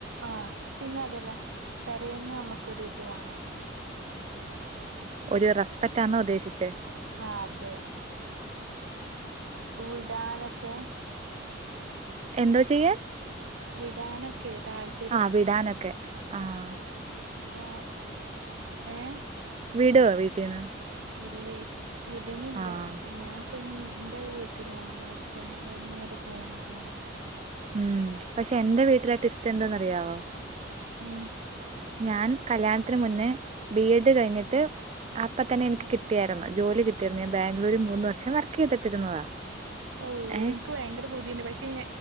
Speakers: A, on the right; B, on the right.
A: ആഹ് പിന്നെ അതെല്ല പേരെന്നു നമ്മുക്കൊരു ഇത് വാണം
B: ഒരു റെസ്പെക്റ്റാന്നോ ഉദ്ദേശിച്ചെ
A: ആ അതെ ഇടാനൊക്കെ
B: എന്തോ ചെയ്യാൻ
A: വിടാനൊക്കെ താല്പര്യം
B: ആഹ വിടാനൊക്കെ ആഹ.
A: ക്ഷെ ഏഹ്
B: വിടോ വീട്ടീന്ന്
A: ഇല്ലേ വിട്ണില്ല
B: ആഹ്
A: ഞാൻ. അപ്പ എ്റെ വീട്ടിലാണ് ഹസ്ബൻഡിനോട്ന്ന് ഇങ്ങോട്ട് പോന്നുക്ണ്
B: ഉം പക്ഷെ എന്റെ വീട്ടിലെ ടിസ്റ്റ് എന്തെന്ന് അറിയാവോ
A: ഉം
B: ഞാൻ കല്യാണത്തിന് മുന്നേ ബി എഡ് കഴിഞ്ഞിട്ട്. അപ്പൊ തന്നെനിക്ക് കിട്ടിയായിരുന്നു ജോലി കിട്ടിയിരുന്നു ഞാൻ ബാംഗ്ലൂര് മൂന്ന് വർഷം വർക്ക് ചെയ്തിട്ടിരുന്നതാ.
A: ഔ
B: ഏഹ്
A: ഇനിക് ഭയങ്കര പൂതിണ്ട് പക്ഷെ